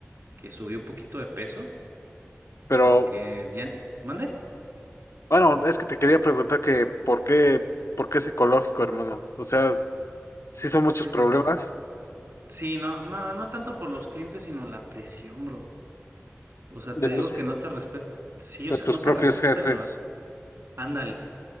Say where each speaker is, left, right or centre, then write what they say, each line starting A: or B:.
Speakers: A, on the right (about 65°); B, on the left (about 75°).
A: que subí un poquito de peso,
B: pero
A: porque ya, ¿mande?
B: bueno, es que te quería preguntar que por qué, por qué psicológico, hermano. O sea, sí son muchos
A: Es
B: problemas
A: bastante, sí, no, no, no tanto por los clientes, sino la presión, bro. O sea,
B: de
A: te digo
B: tus, de
A: que no te respetan. Sí, o sea,
B: tus
A: no
B: propios
A: te respetan
B: jefes.
A: el horario. Ándale.